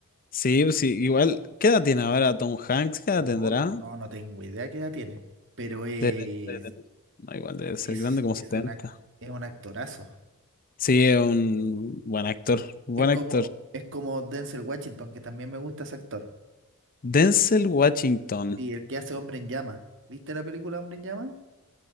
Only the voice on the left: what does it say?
Sí, pues sí, igual, ¿qué edad tiene ahora Tom Hanks? ¿Qué edad
tendrá?
Debe- debe tener- no, igual debe ser
grande, como
setenta
Sí, es un buen actor, buen
actor.
Denzel Washington.